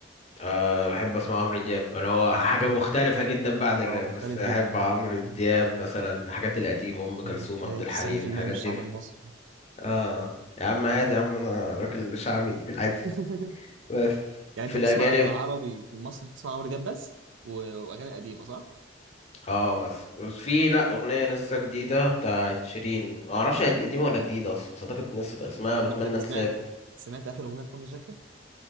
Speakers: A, on the left; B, on the right.
A: أه بحب اسمع عمرو دياب انا هو حاجة مختلفة جدا بقى عن الراب
B: اه مختلف
A: بس احب
B: جدا
A: عمرو
B: آه،
A: دياب مثلا الحاجات القديمة ام كلثوم
B: آه،
A: عبد
B: 90%
A: الحليم الحاجات
B: من الشعب
A: دي
B: المصري
A: اه يا عم عادي يا عم انا راجل شعبي عادي
B: <laughs>
A: بس
B: يعني
A: في
B: انت
A: الاجانب
B: بتسمع عربي في مصر بتسمع عمرو دياب بس و- واغاني قديمه صح
A: اه مثلا في لا اغنيه لسه جديده بتاعت شيرين ما اعرفش قد- قديمه ولا جديده اصلا بس اعتقد لسه اسمها بتمنى
B: سمعت
A: انساك
B: سمعت سمعت اخر اغنيه لفضل شاكر